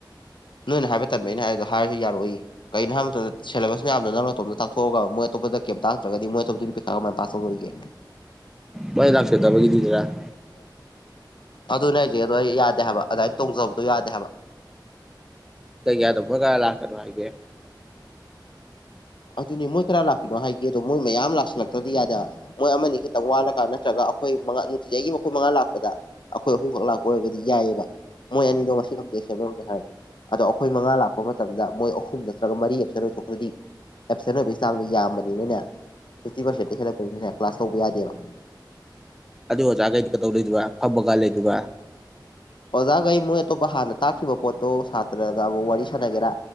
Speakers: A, on the left; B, in the centre.
A: ꯅꯣꯏꯅ ꯍꯥꯏꯕ ꯇꯟꯕꯩꯅꯦ ꯍꯥꯏꯗ ꯍꯥꯏꯔꯁꯨ ꯌꯥꯔꯛꯑꫭꯏꯌꯦ ꯀꯩꯅꯅꯣ ꯍꯥꯏꯕ ꯃꯇꯝꯗ ꯁꯦꯂꯦꯚꯁ ꯃꯌꯥꯝꯗꯣ ꯅꯪ ꯅꯇꯣꯝꯗ ꯇꯥꯛꯊꯣꯛꯑꯒ ꯃꫭꯏ ꯑꯇꯣꯞꯄꯗ ꯀꯦꯝ ꯇꯥꯛꯇ꯭ꯔꯒꯗꯤ ꯃꯣꯏ ꯑꯇꯣꯞꯄ ꯄꯤꯈꯥ ꯀꯃꯥꯏꯅ ꯄꯥꯥꯁ ꯇꯧꯗꫭꯔꯤꯒꯦ
B: ꯃꫭꯏꯅ ꯂꯥꯛꯆꯗꯕ ꯒꯤꯅꯤꯗꯅ
A: ꯑꯗꯨꯅꯦ ꯍꯥꯏꯁꯦ ꯑꯗꯣ ꯑꯩ ꯌꯥꯗꯦ ꯍꯥꯏꯕ ꯑꯗꯨꯃꯥꯏꯅ ꯇꯣꯡꯖꯕꯗꯣ ꯌꯥꯗꯦ ꯍꯥꯏꯕ
B: ꯀꯩ ꯌꯥꯗꯕ ꯃꫭꯏ ꯀꯅꯥ ꯂꯥꯛꯀꯅꫭ ꯍꯥꯏꯒꯦ
A: ꯑꯗꯨꯅꯤ ꯃꯣꯏ ꯀꯔ ꯂꯥꯛꯄꯤꯅꯣ ꯍꯥꯏꯒꯦ ꯑꯗꯣ ꯃꯣꯏ ꯃꯌꯥꯝ ꯂꯥꯛꯁꯤꯜꯂꯛꯇ꯭ꯔꯗꯤ ꯌꯥꯗ‌ꯦ ꯍꯥꯏ ꯃꯣꯏ ꯑꯃꯅꯤ ꯈꯤꯇꯪ ꯋꯥꯠꯂꯒ ꯅꯠꯇ꯭ꯔꯒ ꯑꯩꯈꯣꯏ ꯃꯉꯥ ꯅꯨꯡꯇꯤꯖꯩꯒꯤ ꯑꯈꯣꯏ ꯃꯉꯥ ꯂꯥꯛꯄꯗ ꯑꯩꯈꯣꯏ ꯑꯍꯨꯝꯈꯛ ꯂꯥꯛꯄ ꯑꯣꯏꯔꯒꯗꯤ ꯌꯥꯏꯑꯕ ꯃꯣꯏ ꯑꯅꯤꯗꯣ ꯉꯁꯤ ꯈꯛꯇ ꯑꯦꯕꯁꯦꯟ ꯑꫭꯏꯕꯅꯤ ꯍꯥꯏꯔꯗꯤ ꯑꯗꯣ ꯑꯩꯈꯣꯏ ꯃꯉꯥ ꯂꯥꯛꯄ ꯃꯇꯝꯗ ꯃꯣꯏ ꯑꯍꯨꯝ ꯅꯠꯇ꯭ꯔꯒ ꯃꯔꯤ ꯑꯦꯕꯁꯦꯟ ꯑꫭꯏ ꯊꫭꯛꯈ꯭ꯔꯗꯤ ꯑꯦꯞꯁꯦꯟ ꯑꯣꯏꯕꯒꯤ ꯆꯥꯡꯗ ꯌꯥꯝꯕꯅꯤꯅꯅꯦ ꯐꯤꯐꯇꯤ ꯄꯥꯔꯁꯦꯟꯗꯤ
B: ꯎꯝ
A: ꯍꯦꯠꯂꯛꯄꯅꯤꯅꯅꯦ ꯀ꯭ꯂꯥꯁ ꯇꯧꯕ ꯌꯥꯗꯦꯕ
B: ꯑꯗꯨ ꯑꯣꯖꯥꯈꯩꯗꯤ ꯀꯩꯗꯧ ꯂꯩꯗꫭꯏꯕ ꯐꯝꯃꯒ ꯂꯩꯗꫭꯏꯕ
A: ꯑꯣꯖꯥꯒꯩ ꯃꯣꯏ ꯑꯇꯣꯞꯄ ꯍꯥꯟꯅ ꯇꯥꯛꯈꯤꯕ ꯄꯣꯠꯇꯣ ꯁꯥꯇ꯭ꯔꯒ ꯑꯃꯨꯛ ꯋꯥꯔꯤ ꯁꯥꯟꯅꯒꯦꯔꯥ